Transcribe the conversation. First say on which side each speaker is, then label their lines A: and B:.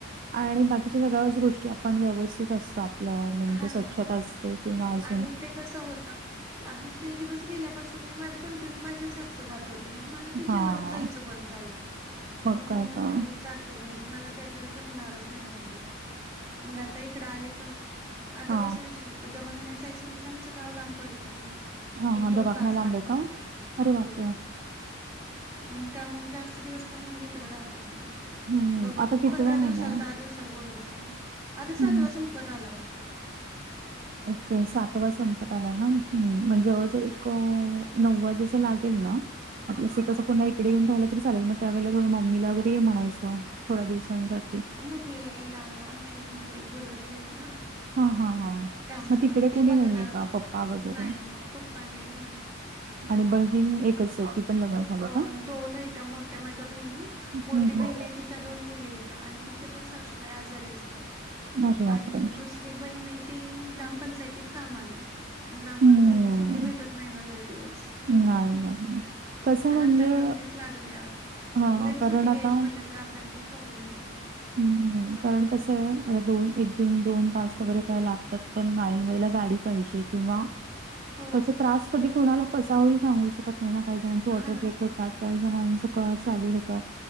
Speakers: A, on the right (about 45°); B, on the right (about 15°).
A: आणि बाकीच्या सगळ्याच गोष्टी आपण व्यवस्थित असतो आपलं म्हणजे
B: हा
A: स्वच्छता
B: ना
A: असते. किंवा अजून
B: आणि ते. दिवस गेल्याून मी मा कंटिन्यू माझ्या हात खात होते मग म.
A: हा
B: जीव जायच ब झालं मग
A: काय
B: मी म्हटीात.
A: तर
B: ते घरी मला त्याशिवाय जमणारच नाही म्हटलं. मग आता इकड आले पण आता
A: हा
B: कस विषयत. तो दवाखान्या जायच म्हटलं की आमच गाव लांब पडतंय ना.
A: हा
B: एक
A: हा
B: दोन
A: दवाखाना
B: तास
A: लांब
B: लागतात
A: आहे का? अरे
B: हो.
A: बापरे!
B: मग त्यामुळे जास्त दिवस पण मग इकड राहता येत नाही.
A: हम्म
B: कि बाबा
A: आता कितवा
B: पंधरा दिवसाला
A: महिना?
B: दहा दिवसाला बोलवतात ना आता सातवा
A: हम्म.
B: संपत आला बघा.
A: ओके सातवा संपत आलाय ना म्हण जवळजवळ एक नव्वा जसं लागेल ना. म्हटलंस
B: हा
A: कसं पुन इकडे येऊन राहिय. चालेल मग त्याळेला थोडं मम्मीला वगैरे म्हणायचं थोड्या दिवसांसाठी.
B: अम्म मीला ये लाव आमचे म्हणजे गुरु वगैरे आहेत ना.
A: हां हां हां
B: त्या म
A: तिकडे
B: मग ते
A: कुणी
B: बघणार
A: नाहीये का
B: कोण
A: पप्पा वगैरे
B: नाही नाही पप्पा नाहीत माझे.
A: आणि बहीण एकच आहे. पण लग्न झालं
B: अ
A: का?
B: दोन आहे त्या मोठ्या माझ्या बहिणी मोठी
A: हं हं
B: बहीण आहे ति दोन मुली य्या आणि ति पण सासूबाई आजारी असतात
A: अरे बापरे!
B: आणि दुसरी जी बहीण ती ग्रामपंचायतीत काम आलाय. ग्रामपंचायती
A: हम्म
B: सुट्टी भेटत नाही ना लई दिवस
A: नाही नाही कस म्हणजे.
B: आणि आता नवीनच लागल्या.
A: हा
B: लगेच
A: कारण
B: सुट्टी
A: आता.
B: घ्यायची म्हटलं तर आपल्याला प प्रॉलेम येतो ना.
A: हम्म कारण कस आहे दोन एक दिन दोन तास वगैरे काय लागतात पण गाईन वळेला गाडी. पाहिजे किंवा
B: हो
A: क त्रास कधी कोणाला कसा होईल सांगू शकत. का ना काही जणची ऑर्डर
B: हा ना.
A: बेक होतात. काही जणांचा कळ चालू होतात